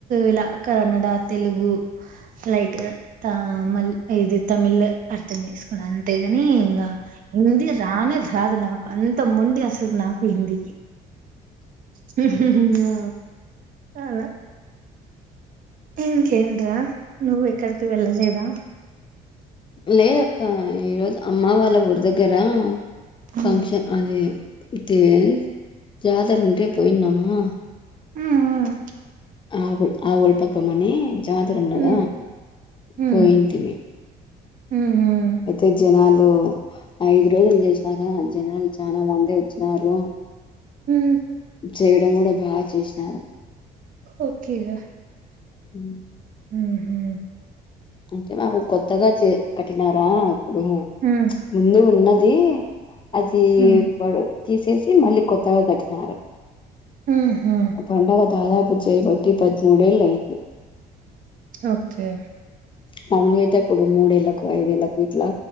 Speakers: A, on the right; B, on the left.
A: ఇలా కన్నడ తెలుగు లైట్ గా మ ఇది తమిళ్ అర్థం చేసుకున్నా అంతేగాని ఇంకా ఇంది రానే రాదు నాకు అంత మండి అసలు నాకు హిందీక హీ హీ హూ అలా ఎం కేంద్రా నువ్వు ఎక్కడికి వెళ్ళలేదా
B: లేదక్క ఈరోజు అమ్మ వాళ్ళ ఊరి దగ్గరా
A: హ్మ్.
B: ఫంక్షన్ అదే టేన్ జాదర ఉంటే పోయిన్నామా
A: ఉమ్ ఉమ్
B: ఆవు ఆవులు పాపం అని జాతరన్నద
A: హ్మ్. హ్మ్.
B: పోయింటిని
A: హ్మ్. హ్మ్.
B: అయితే జనాలు ఐదు రోజులు చేసినారా జనాలు చాలా మంద వచ్చినారు
A: ఉమ్
B: చేయడం కూడా బాగా చేసినాడు
A: ఓకేగ
B: ఉమ్.
A: హుహు
B: అంటే మాకు కొత్తగా చే కట్టినారా ఇప్పుడు
A: హ్మ్.
B: ముందు ఉన్న అది అదీ
A: హ్మ్.
B: పడు తీసేసి మళ్ళీ కొత్తగా కట్టినారు
A: హుహు.
B: పండగ దాద పుచ్చయబట్టి పద్మూ డెల్ ఐదు
A: ఒకే
B: మామలుగా అయితే ఇప్పుడు మూడేళ్లకు ఐదేళ్ళలకు ఇట్లా